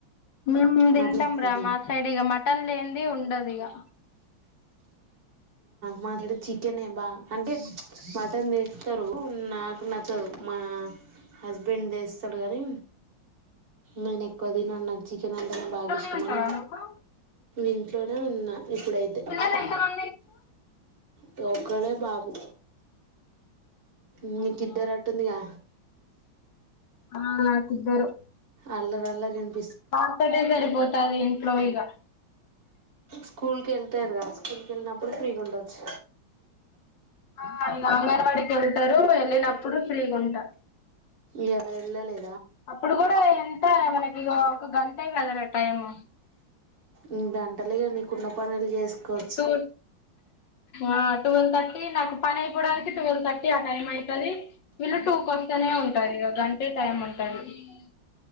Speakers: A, on the left; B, on the right.
A: నిమ్ తింటాం
B: మటన్ ఎక్కువ తిన
A: మా సైడ్ మటన్ పన్లు ఏందీ ఉండదుగా
B: మా ఇక్కడ చికెన్ బాగా అంటే మటన్ తీస్తారు నాకు నచ్చదు మా హస్బెండ్ తీస్తాడు కానీ నేను ఎక్కువ తిన నాకు చికెన్ అంతానే
A: ఇంట్లోనే
B: బాగా ఇష్టం
A: ఉంటావా
B: అనీ
A: నువ్వు
B: ఇంట్లోనే ఉన్నా ఇప్పుడైతే
A: పిల్లలు ఎంత మంది
B: తోకలో బాబు మీ
A: అవునా
B: కిద్దరటుంది గా
A: ఆ నాకిద్దరు
B: అలార్లారీ ఉంటే
A: పాపటే సరిపోతది ఇంట్లో ఇక
B: స్కూల్కి వెళ్తారుగా స్కూల్కి వెళ్ళినప్పుడు ఫ్రీగా ఉండొచ్చు
A: ఆ ఇగ అంగన్వాడికి వెళతారు వెళ్ళినప్పుడు ఫ్రీగుంటా
B: ఇయాల ఎళ్ళలే
A: అప్పుడు కూడ ఎ కి మనకిగో ఒక గంటే కదరా టైమ్
B: ఊ ్అగంటలో ఇగ మీకున్న పనులు చేసుకోవచ్చు
A: టూ ఆ టువల్ థర్టీ నాకు పని అయిపోవడానికి టువల్ థర్టీ ఆ టైమ్ అయితది వీళ్ళు టూ కొస్తేనే ఉంటారిగ గంటే టైం ఉన్ <unintelligible>